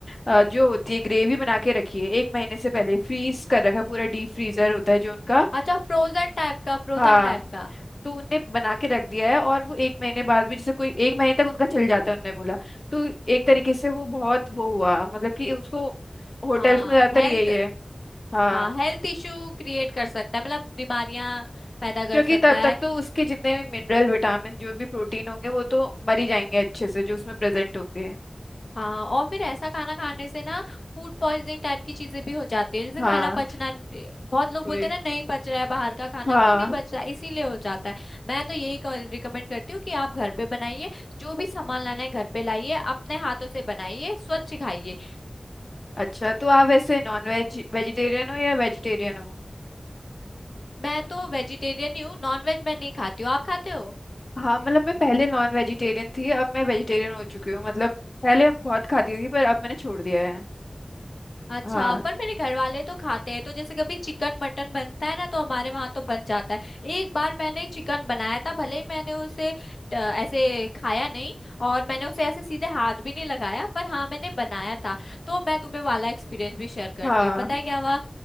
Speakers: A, on the left (about 50°); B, on the left (about 80°).
A: अ, जो होती है ग्रेवी बना के रखी है एक महीने से पहले फ्रीज कर रखा है पूरा डीप फ्रीजर होता है जो उनका
B: अच्छा फ्रोजन टाइप का फ्रोजन
A: हाँ
B: टाइप का
A: तो उनने बना के रख दिया है और वो एक महीने बाद भी जैसे कोई एक महीने तक उनका चल जाता है उनने बोला तो एक तरीके से वो बहुत वो हुआ मतलब कि उसको होटल्स
B: हाँ
A: में ज्यादातर
B: हेल्थ
A: यही है हाँ।
B: हाँ हेल्थ इश्यू क्रिएट कर सकता है मतलब बीमारियां पैदा कर
A: क्योंकि
B: सकता
A: तब
B: है
A: तक तो उसके जितने भी मिनरल विटामिन जो भी प्रोटीन होंगे वो तो मर ही जाएंगे अच्छे से जो उसमें प्रेजेंट होंगे
B: हाँ और फिर ऐसा खाना खाने से ना फूड पॉइजनिंग टाइप की चीजें भी हो जाती है जैसे
A: हाँ
B: खाना पचना बहुत लोग
A: कोई
B: बोलते हैं ना नहीं पच रहा है बाहर का खाना
A: हाँ
B: क्यों नहीं पच रहा है? इसीलिए हो जाता है मैं तो यही रिकमेंड करती हूँ कि आप घर पे बनाइए जो भी सामान लाना है घर पे लाइए अपने हाथों से बनाइए स्वच्छ खाइए
A: अच्छा तो आप वैसे नॉन वेज वेजिटेरियन हो या वेजिटेरियन हो
B: मैं तो वेजिटेरियन ही हूँ नॉन वेज मैं नहीं खाती हूँ आप खाते हो
A: हाँ मतलब मैं पहले नॉन वेजिटेरियन थी अब मैं वेजिटेरियन हो चुकी हूँ मतलब पहले बहुत खाती थी पर अब मैंने छोड़ दिया है
B: अच्छा
A: हाँ
B: पर मेरे घर वाले तो खाते हैं तो जैसे कभी चिकन मटन बनता है ना तो हमारे वहां तो बन जाता है एक बार मैंने चिकन बनाया था भले ही मैंने उसे अ, ऐसे खाया नहीं और मैंने उसे ऐसे सीधे हाथ भी नहीं लगाया पर हाँ मैंने बनाया था तो मैं तुम्हें वाला एक्सपीरियंस भी शेयर करती
A: हाँ
B: हूँ पता है क्या हुआ